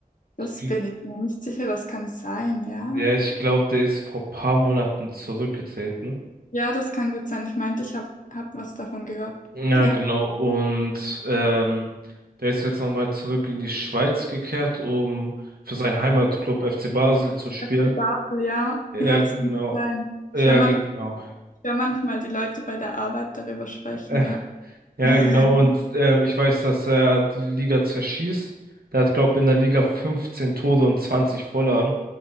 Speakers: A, on the left; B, on the right.
A: Das
B: Ich-
A: bin ich mir nicht sicher, das kann sein, ja.
B: Ja, ich glaube, der ist vor paar Monaten zurückgetreten.
A: Ja, das kann gut sein. Ich meinte, ich habe hab hab was davon gehört.
B: Ja,
A: Ja,
B: genau, und ähm, der ist jetzt nochmal zurück in die Schweiz gekehrt, um für seinen Heimatclub FC Basel zu spielen.
A: FC Basel, ja.
B: Ja,
A: Ja, das
B: genau,
A: kann gut sein.
B: ja,
A: Ich höre man,
B: genau.
A: ich hör manchmal die Leute bei der Arbeit darüber sprechen,
B: <laughs>
A: ja.
B: Ja,
A: <laughs>
B: genau. Und ähm, ich weiß, dass er die Liga zerschießt. Der hat, glaube ich, in der Liga 15 Tore und 20 Vorlagen.